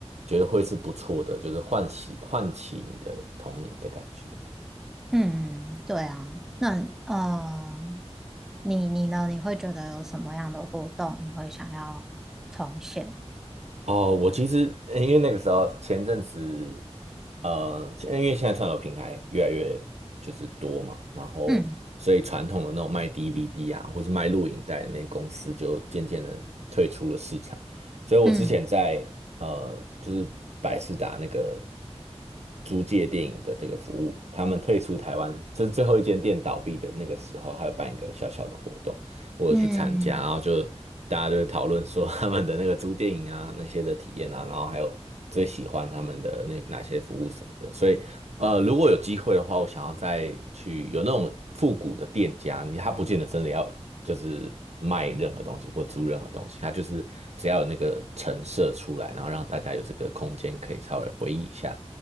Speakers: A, on the right (about 75°); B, in the centre.
A: 觉得会是不错的，就是唤起唤起你的童年的感觉。
B: 嗯，对啊，那呃，你你呢？你会觉得有什么样的活动你会想要重现？
A: 哦，我其实呃因为那个时候前阵子，呃，现因为现在串流平台越来越就是多嘛，然后所以传统的那种卖
B: 嗯
A: DVD 啊，或是卖录影带的那些公司就渐渐的退出了市场。所以我之前在呃，
B: 嗯
A: 就是百视达那个租借电影的这个服务，他们退出台湾，就是最后一间店倒闭的那个时候，还有办一个小小的活动。我有去参加，
B: 嗯
A: 然后就大家就会讨论说 <laughs> 他们的那个租电影啊那些的体验啊，然后还有最喜欢他们的那哪些服务什么的。所以呃，如果有机会的话，我想要再去有那种复古的店家，你他不见得真的要就是卖任何东西或租任何东西，他就是只要有那个陈设出来，然后让大家有这个空间可以稍微回忆一下，